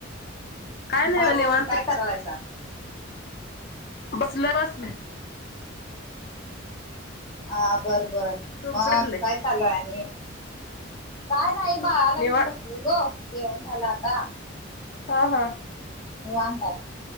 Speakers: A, on the left (about 50°); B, on the left (about 20°).
A: काय नाही
B: झालं
A: निवांत
B: की काय करालायसा.
A: बसलोय बसलोय.
B: हा बरं बरं,
A: तुमचं
B: मग
A: पटलंय
B: काय चालूय आणि? काय नाही बाळाला घेऊन
A: निवांत
B: बसलेलो जेवण झालं आता.
A: हा हा.
B: निवांताय.